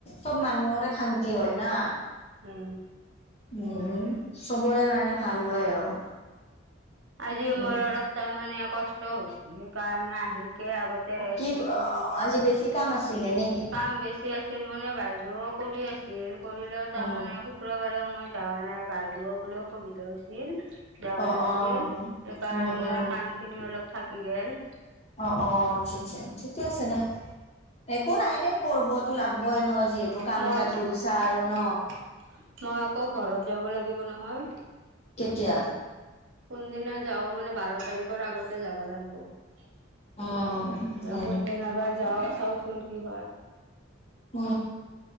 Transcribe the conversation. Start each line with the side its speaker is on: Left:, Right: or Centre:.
Left: চব মানুহৰে শান্তি হয় না।
Right: উম।
Left: উম চবৰে কাৰণে ভাল হয় আৰু।
Right: আজি মোৰ
Left: উম
Right: অলপ মানে কষ্ট হৈছিল সেইকাৰণে আহি কে আগতে
Left: অ
Right: ৰেষ্ট
Left: কি
Right: লৈছোঁ।
Left: অ আজি বেছি কাম আছিলে নেকি
Right: কাম বেছি আছিল মানে বাইদেউ কৰি আছিল কৰিলেও তাৰমানে
Left: অ
Right: শুক্ৰবাৰেও মই য নাই বাইদেউ বোলে অসুবিধা হৈছিল। যৱা
Left: অ
Right: নাছিল
Left: অ
Right: সেইকাৰণে
Left: উম উম
Right: মানে কাম খিনি অলপ থাকি গেল।
Left: অ অ আচ্ছা আচ্ছা ঠিকে আছে না। একো নাই দে কৰিবতো লাগবই ন যিহেতু কাম
Right: মই
Left: এটা ধৰিছা আৰু ন।
Right: উম মই আকৌ ঘৰত যাব লাগিব নহয়।
Left: কেতিয়া?
Right: কোনদিনা যাও মানে বাৰ তাৰিখৰ আগতে যাবা লাগিব।
Left: অ
Right: মেনাবাৰ যাও চাওচোন কি হয়।
Left: উ